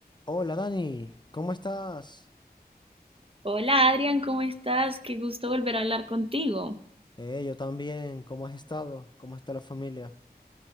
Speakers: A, on the left (about 25°); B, on the right (about 35°).
A: Hola Dani, ¿cómo estás?
B: Hola Adrián, ¿cómo estás? Qué gusto volver a hablar contigo.
A: Eh, yo también, ¿cómo has estado? ¿Cómo está la familia?